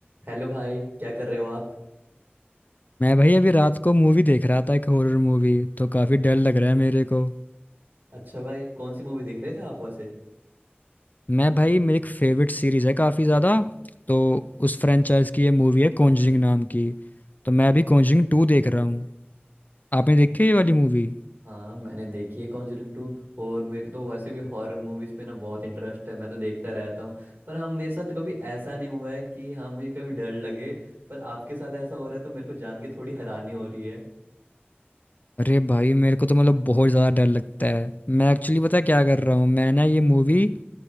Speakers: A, on the right; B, on the left.
A: हेलो भाई क्या कर रहे हो आप
B: मैं भाई अभी रात को मूवी देख रहा था एक हॉरर मूवी तो काफ़ी डर लग रहा है मेरे को
A: अच्छा भाई कौन सी मूवी देख रहे थे आप वैसे
B: मैं भाई मेरी एक फेवरेट सीरीज़ है काफ़ी ज़्यादा तो उस फ्रेंचाइज की ये मूवी है कॉन्जरिंग नाम की तो मैं अभी कॉन्जरिंग टू देख रहा हूँ आपने देखी है ये वाली मूवी
A: हाँ मैंने देखी है कॉन्जरिंग टू और मेरे को तो वैसे भी हॉरर मूवीज पे ना बहुत इंटरेस्ट है मैं तो देखता रहता हूँ पर हाँ मेरे साथ कभी ऐसा नहीं हुआ है कि हाँ मुझे कभी डर लगे पर आपके साथ ऐसा हो रहा है तो मेरे को जान के थोड़ी हैरानी हो रही है
B: अरे भाई मेरे को तो मतलब बहुत ज़्यादा डर लगता है मैं एक्चुअली पता है क्या कर रहा हूँ मैं ना ये मूवी
A: <laughs> हम्म,